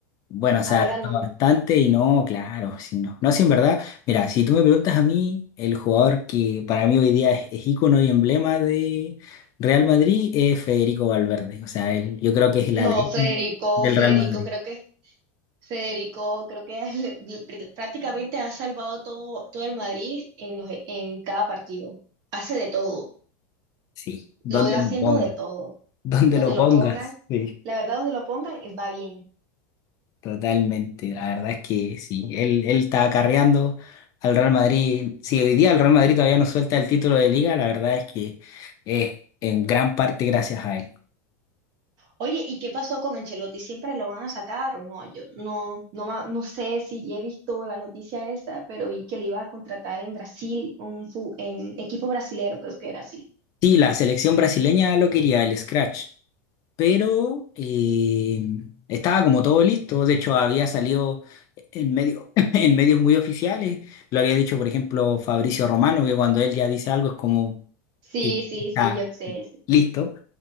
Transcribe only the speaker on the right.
Ahora
no.
No,
Federico,
Federico,
creo que Federico, creo que <laughs> le- le- prácticamente ha salvado todo, todo el Madrid en los, e- en cada partido. Hace de todo,
lo veo haciendo
de todo.
Donde
lo pongan,
la verdad, donde lo pongan, va bien.
Oye, ¿y qué pasó con Ancelotti? ¿Siempre lo van a sacar o no? Yo no, no, ma- no sé si ya he visto la noticia esa, pero vi que le iba a contratar en Brasil, un fu- en equipo brasilero, creo que era así.
Sí,
sí,
sí, yo sé. sí.